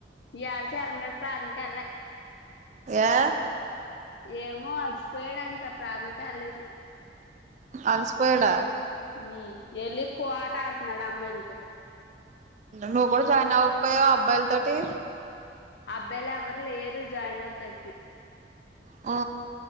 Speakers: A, on the left; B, on the right.
A: ఇయ్యాళ చరణ్ గాడు ప్రానికెళ్ళే
B: ఏ
A: ఏమో అలిసిపోయాడు అంట ప్రారిం కెల్లెదు
B: అలసిపోయాడా
A: హు ఎల్లి కోట ఆడుతున్నాడు అమ్మాయిలతో
B: నువ్వు కూడా జాయిన్ అవ్వకపోయావా అబ్బాయిల తోటి
A: అబ్బాయిలు ఎవరు లేరు జాయిన్ అవుతాని కి
B: ఓ